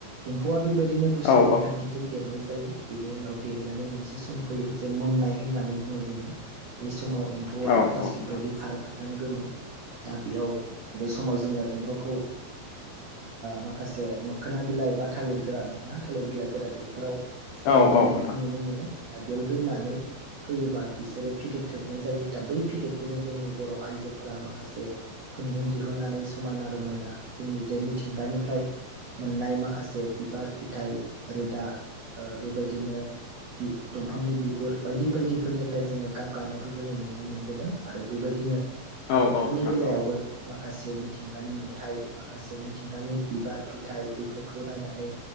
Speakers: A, on the right; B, on the left.
A: एम्फौआ बे बादिनो गुस्लायनाय
B: औ औ
A: खान्थि जों देरनाय जायो बेनि उनाव देरनानै मोनसे सम फैयो जे मोननाय होननानै बुङो जोङो। बै समाव एम्फौआ
B: औ
A: प्लास्टिक
B: औ नोंथां
A: बायदि खारां खारथां गोमो। दा बेयाव बे समाव जोङो एम्फौखौ माखासे मोखोना बिलाइ बा थालिर गोरान ना थालिर बिलाइ गोरान बेफोराव जोङो
B: औ
A: दोननायखौ
B: औ नोंथां
A: नुनो मोनो दा बेयाव दोननानै होयोबा बिसोरो फिथोब थोबनाय जायो दा बै फिदोबखौनो जोंनि बर' आइजोफोरा माखासे। खुन्दुं दिहुननानै समायना रमायना जोंनि जे मिथिंगानिफ्राय मोननाय माखासे बिबार, फिथाइ रोदा बे बादिनो बि दंफांनि बि गु गुर बायदि बायदिफोरनिफ्राय जोङो गाब गानायखौ जोङो नुनो मोनबोदों आरो बेबादिनो
B: औ
A: आगरफोरनि
B: औ नोंथां
A: बेलायावबो
B: औ
A: माखासे मिथिंगानि नुथाइ माखासे मिथिंगानि बिबार, फिथाइ बैफोरखौ नायनानै।